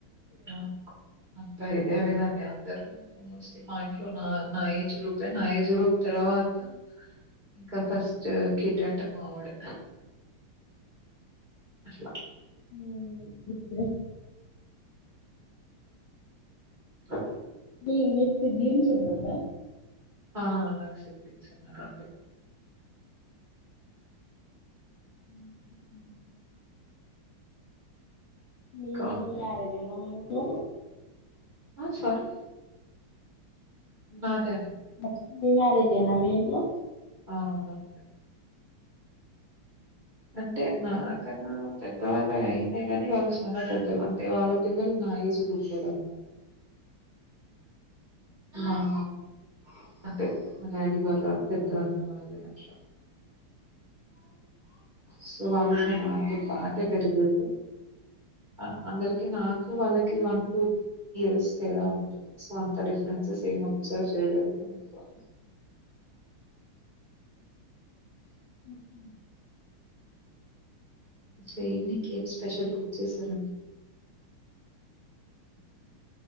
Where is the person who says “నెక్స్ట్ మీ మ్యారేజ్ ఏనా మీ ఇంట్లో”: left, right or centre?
Left